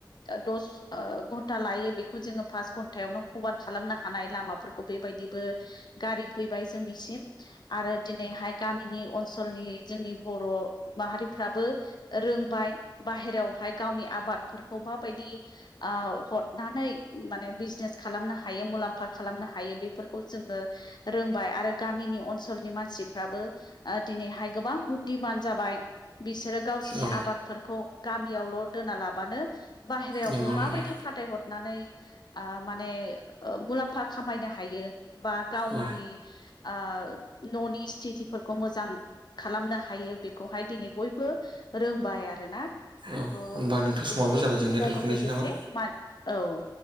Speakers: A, on the left; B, on the right.
A: ओ दस ओ घन्टा लायो बेखौ जोङो फास घन्टायावनो कभार खालामनो हानाय लामाफोरखौ बेबायदिबो गारि फैबाय जोंनि आरो दिनैहाय गामिनि ओनसोलनि जोंनि ब बर' माहारिफ्राबो रोंबाय बाहेरायावहाय गावनि आबादफोरखौ माबायदि औ हथ नानै माने बिजनेस खालामनो हायो मुलाम्फा खालामनो हायो बेफोरखौ जोङो रोंबाय आरो गामि नि जोंनि अनसोलनि मानसिफ्राबो ओ दिनैहाय गोबां बुद्धिमान जाबाय बिसोरो गावसोरनि
B: औ
A: आबादफोरखौ गामियावल' दोना लाबानो बाहेरायावबो
B: नंगौ
A: माबायदि
B: नंगौ
A: फाथाय हथना नै ओ माने ओ मुलाम्फा खामायनो हायो बा गावनि
B: औ
A: आ न'नि स्थिथिफोरखौ मोजां खालामनो हायो बेखौहाय दिनै बयबो रोंबाय आरोना।
B: औ
A: थ'
B: होनबा नोंथां समाबो
A: दिनै
B: जाबाय
A: सुबिदाजों
B: जोंनिया दोनथ'नायसै
A: लोगोसे
B: नामा
A: मा औ।